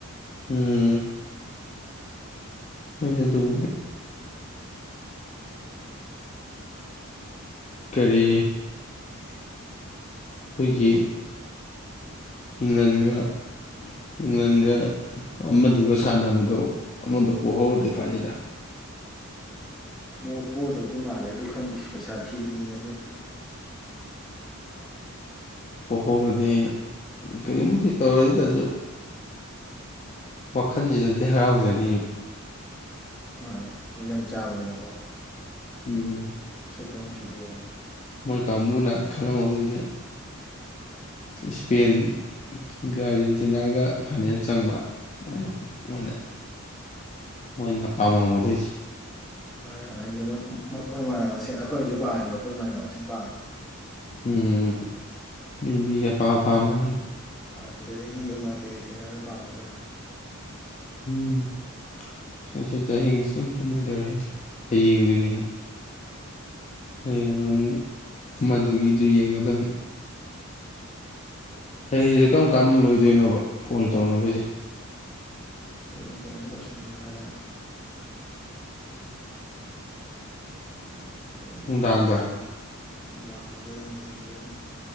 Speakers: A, on the left; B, in the centre.
A: ꯎꯝ ꯍꯅ ꯑꯗꯨꯕꯨ ꯀꯔꯤ
B: ꯍ
A: ꯑꯩꯈꯣꯏꯒꯤ ꯏꯪꯂꯦꯟꯒ
B: ꯍꯥꯏꯔꯣ
A: ꯏꯪꯂꯦꯟꯒ ꯑꯃꯗꯨꯒ ꯁꯥꯟꯅꯕꯗꯣ ꯑꯃꯗ ꯄꯣꯛꯍꯧꯔꯗꯤ ꯐꯅꯤꯗ
B: ꯃꯨꯛ ꯄꯣꯟꯗꯧꯗꯤ ꯃꯥꯜꯂꯦ ꯑꯗꯨ ꯈꯪꯗ꯭ꯦꯁꯤ ꯄꯩꯁꯥ ꯊꯤꯕꯤꯅ ꯃꯣꯏꯗꯤ
A: ꯄꯣꯛꯍꯧꯔꯗꯤ ꯑꯩꯅ ꯀꯔꯤꯒꯨꯝꯕꯗꯤ ꯇꯧꯔꯗꯁꯨ ꯋꯥꯈꯜꯁꯤꯗꯗꯤ ꯍꯔꯥꯎꯖꯅꯤ
B: ꯃꯥꯅꯦ ꯃꯤꯅꯝ ꯆꯥꯕꯅꯤꯅꯀꯣ
A: ꯎꯝ
B: ꯁꯛꯇꯥ ꯃꯅꯨꯡꯁꯤꯗꯦ
A: ꯃꯣꯏ ꯀꯥꯡꯕꯨꯅ ꯈꯪꯔꯝꯒꯗꯣꯏꯁꯦ ꯏꯁꯄꯦꯟ ꯑꯥꯔꯖꯦꯟꯇꯤꯅꯥꯒ ꯐꯥꯏꯅꯦꯜ ꯆꯪꯕ ꯃꯣꯏꯅ ꯃꯣꯏꯅ
B: ꯎ
A: ꯃꯣꯏꯅ ꯑꯄꯥꯝꯝꯕꯝꯒꯗꯣꯏꯁꯦ
B: ꯍꯣꯏꯣꯏꯗꯤ ꯃꯣꯏꯣꯏ ꯃꯣꯏ ꯃꯥꯟꯅꯕ ꯃꯁꯦꯟ ꯑꯩꯈꯣꯏꯅꯖꯤꯁꯨ ꯄꯥꯝꯃꯤꯕ ꯑꯩꯈꯣꯏ ꯏꯃꯥꯟꯅꯕ ꯃꯁꯤꯡꯦꯟ ꯄꯥꯡꯝꯕ
A: ꯎꯝ ꯃꯤ ꯃꯤꯒꯤ ꯑꯄꯥ ꯑꯄꯥꯝꯕꯅꯤ
B: ꯑꯅꯤ ꯗꯂꯤꯡ ꯍꯪꯕꯤꯕꯥ ꯄꯄꯩ ꯊꯅ ꯌꯥꯝꯅ ꯄꯥꯝꯕ ꯑꯩꯈꯣꯏꯅꯣ
A: ꯎꯝ ꯁꯣꯏꯁꯦ ꯆꯌꯦꯦꯡꯁꯤ ꯑꯗꯨꯝ ꯊꯨꯝꯃꯣꯏꯗꯧꯔꯤ ꯍꯌꯦꯡꯗꯨꯅꯤ ꯍꯌꯦꯡꯅ ꯑꯃꯨꯛ ꯃꯗꯨꯒꯤꯁꯨ ꯌꯦꯡꯒꯗꯕ ꯍꯌꯦꯡꯁꯦ ꯀꯔꯝ ꯀꯥꯟꯗ ꯂꯣꯏꯗꯣꯏꯅꯣꯕ ꯐꯣꯟ ꯇꯧꯅꯕꯤꯁꯦ
B: ꯍꯌꯦꯡ ꯀꯩꯅꯣꯝꯇ ꯂꯣꯏꯁꯤꯟꯒꯦ ꯍꯥꯏꯔꯛꯑꯅꯤ ꯍꯌꯦ ꯅꯨꯡꯁꯤ
A: ꯅꯨꯡꯗꯥꯡꯗ
B: ꯅꯠꯇ꯭ꯔꯒ ꯅꯨꯡꯗꯥꯡ ꯑꯣꯏꯗꯥ ꯅꯨꯡꯖꯤ ꯑꯣꯏꯗꯔ